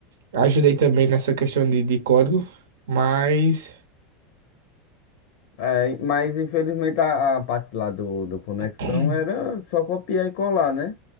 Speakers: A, on the right; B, on the left.
A: ajudei também nessa questão de, de código, mas
B: É, mas infelizmente a, a parte lá do, do conexão
A: <clears throat>
B: era só copiar e colar, né?